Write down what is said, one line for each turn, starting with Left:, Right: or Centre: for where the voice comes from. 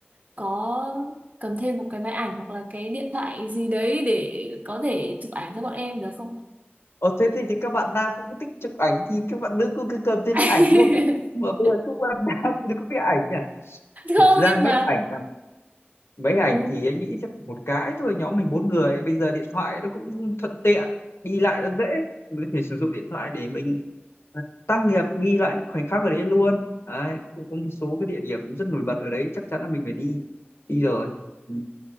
Right: có cầm thêm một cái máy ảnh hoặc là cái điện thoại gì đấy để có thể chụp ảnh cho bọn em được không?
Left: Ờ, thế thì, thì các bạn nam cũng thích chụp ảnh thì các bạn nữ cũng cứ cầm thêm
Right: <laughs>
Left: máy ảnh không? Mà bây giờ các bạn nam <laughs> thì có cái ảnh à? Thực
Right: Không
Left: ra
Right: nhưng
Left: mấy
Right: mà
Left: ảnh à, mấy ảnh
Right: ừ,
Left: thì anh nghĩ chắc chỉ một cái thôi nhóm mình bốn người bây giờ điện thoại nó cũng thuận tiện đi lại nó dễ mình có thể sử dụng điện thoại để mình tác nghiệp ghi lại những khoảnh khắc ở đấy luôn đấy, cũng có một số cái địa điểm rất nổi bật ở đấy chắc chắn là mình phải đi đi rồi Ừ.